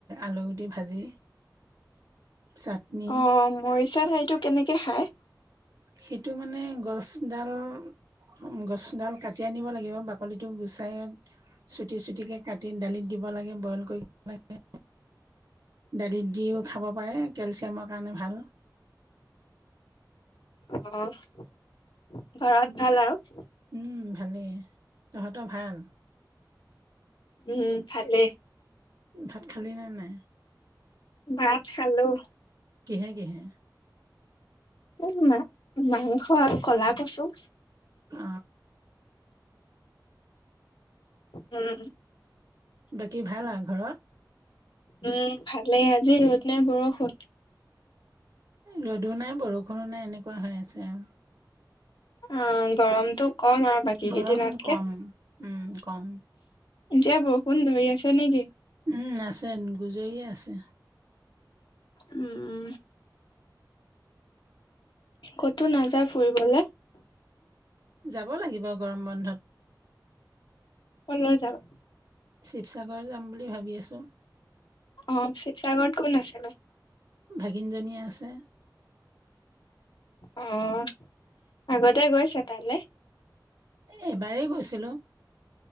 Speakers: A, on the right; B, on the left.
A: আলু গুটি ভাজি। চাটনি
B: অ মৰিচা ঠাৰিটো কেনেকে খাই?
A: সিটো মানে গছডাল। উম গছডাল কাটি আনিব লাগিব বাকলিটো গুচাই। চুটি চুটিকে কাটি দালিত দিব লাগে বইল কৰিব লাগে। দালিত দিওঁ খাব পাৰে কেলচিয়ামৰ কাৰণে ভাল।
B: অ ঘৰত ভাল আও।
A: উম ভালেই তহঁতৰ ভাল।
B: উম উম ভালে।
A: ভাত খালি নে নাই।
B: ভাত খালো।
A: কিহে কিহে?
B: অ শুনা মাংস আৰু ক'লা কছু।
A: অ।
B: উম।
A: বাকী ভাল আৰু ঘৰত?
B: উম, ভালে আজি ৰ'দ নে বৰষূণ?
A: ৰ'দো নাই বৰষুণো নাই এনেকুৱা হৈ আছে আৰু।
B: অ', গৰমটো ক'ম আৰু। বাকী কেইদিনতকে।
A: গৰম ক'ম উম, ক'ম।
B: এতিয়া বৰষুণ ধৰি আছে নেকি?
A: উম, আছে গুজৰিয়ে আছে।
B: উম, উম। ক'তো নাযায় ফুৰিবলে?
A: যাব লাগিব গৰম বন্ধত।
B: ক'লৈ যাবা?
A: শিৱসাগৰ যাম বুলি ভাবি আছোঁ।
B: অ', শিৱসাগৰত কোন আছেনো?
A: ভাগিনজনী আছে।
B: অ', আগতে গৈছে তালে?
A: এবাৰেই গৈছিলো।